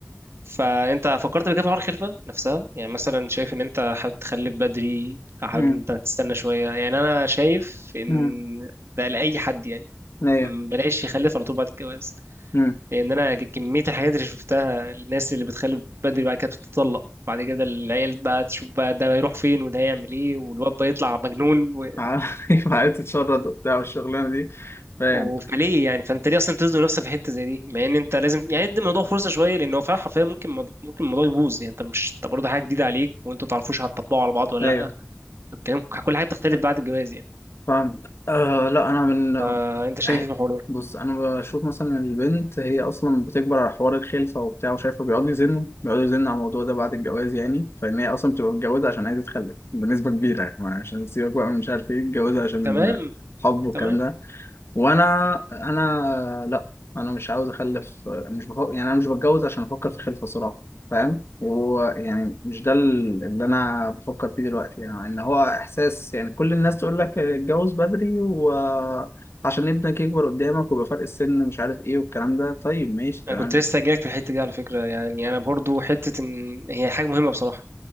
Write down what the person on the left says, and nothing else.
امم
امم
ايوه
امم
عارف <laughs> عارف تتشرد وبتاع والشغلانه دي
فاهم
ايوه
فاهمك آه لا انا من
آه،
بص انا بشوف مثلا البنت هي اصلا بتكبر على حوار الخلفه وبتاع وشايفه بيقعدوا يزنوا بيقعدوا يزنوا على الموضوع ده بعد الجواز يعني فان هي اصلا بتبقى متجوزه عشان عايزه تخلف بنسبه كبيره يعني عشان تسيبك بقى من مش عارف ايه متجوزه عشان
حب والكلام
ده وانا انا لا انا مش عاوز اخلف مش بفق... يعني انا مش بتجوز عشان افكر في الخلفه صراحه فاهم ويعني مش ده ال- اللي انا بفكر فيه دلوقتي يعني ان هو احساس يعني كل الناس تقول لك اتجوز بدري وعشان ابنك يكبر قدامك ويبقى فرق السن مش عارف ايه والكلام ده طيب ماشي
تمام